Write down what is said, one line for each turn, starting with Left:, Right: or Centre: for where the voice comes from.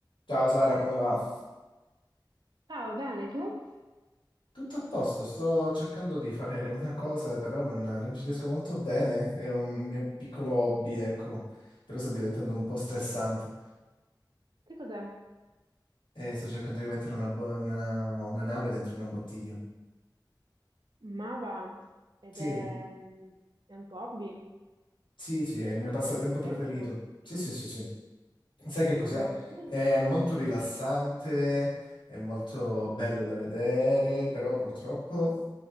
Left: Ciao Sara, come va?
Right: Ciao, bene, tu?
Left: Tutto a posto, sto cercando di fare una cosa, però non, non ci riesco molto bene, è un mio piccolo hobby, ecco, però sta diventando un po' stressante
Right: Che cos'è?
Left: e sto cercando di mettere una, bo- una- una nave dentro una bottiglia.
Right: Mava ed
Left: Sì,
Right: è, mm, è un tuo hobby?
Left: sì, sì, è il mio
Right: Cioè,
Left: passatempo
Right: lo fai spesso?
Left: preferito. Sì, sì, sì, sì. Sai che cos'è?
Right: Ah, e come-
Left: È molto rilassante, è molto bello da vedere, però purtroppo